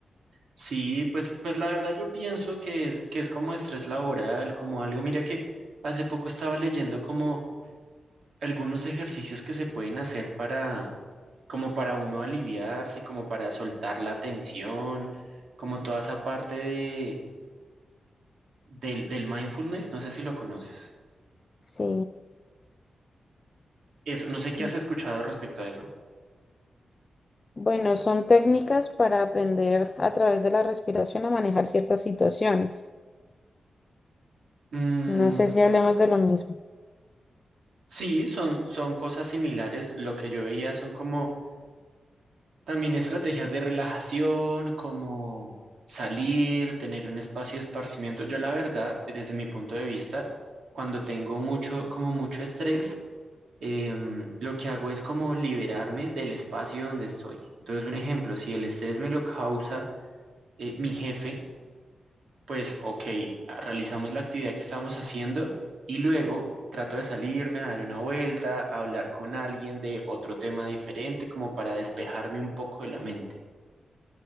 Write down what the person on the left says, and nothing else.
Sí,
sí.
s-
Bueno, son técnicas para aprender a través de la respiración a manejar ciertas situaciones.
No sé si hablemos de lo mismo.